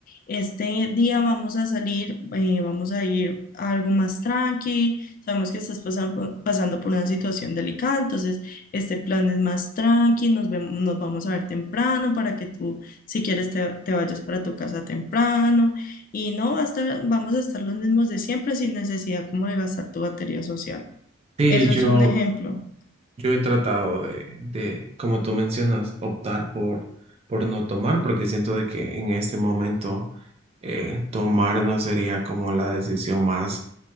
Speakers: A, on the left; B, on the right.
A: este día vamos a salir, eh, vamos a ir a algo más tranqui, sabemos que estás pasando, por- pasando por una situación delicada, entonces este plan es más tranqui, nos vemos, nos vamos a ver temprano para que tú, si quieres, te, te vayas para tu casa temprano, y no va a estar, vamos a estar los mismos de siempre sin necesidad como de gastar tu batería social.
B: Sí,
A: Eso
B: yo,
A: es un ejemplo.
B: yo he tratado de, de, como tú mencionas, optar por, por no tomar, porque siento de que en este momento eh, tomar no sería como la decisión más